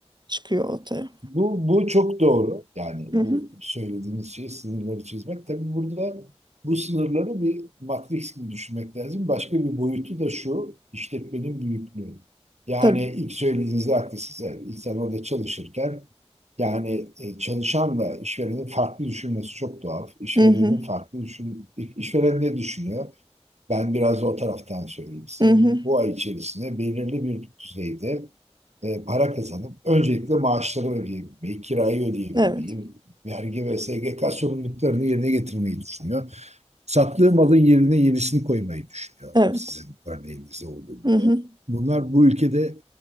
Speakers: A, on the right; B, on the right.
A: çıkıyor ortaya.
B: Bu, bu çok doğru. Yani
A: Hı hı.
B: bu söylediğiniz şey sınırları çizmek. Tabii burada bu sınırları bir matris gibi düşünmek lazım. Başka bir boyutu da şu, işletmenin büyüklüğü. Yani
A: Tabii.
B: ilk söylediğinizde haklısınız. Yani İnsan orada çalışırken yani e, çalışanla işverenin farklı düşünmesi çok doğal. İşverenin
A: Hı hı.
B: farklı düşün, işveren ne düşünüyor? Ben biraz da o taraftan söyleyeyim size.
A: Hı hı.
B: Bu ay içerisinde belirli bir düzeyde e, para kazanıp öncelikle maaşları ödeyebilmeyi, kirayı ödeyebilmeyi,
A: Evet.
B: vergi ve SGK sorumluluklarını yerine getirmeyi düşünüyor. Sattığı malın yerine yenisini koymayı düşünüyor.
A: Evet.
B: Sizin örneğinizde olduğu gibi.
A: Hı hı.
B: Bunlar bu ülkede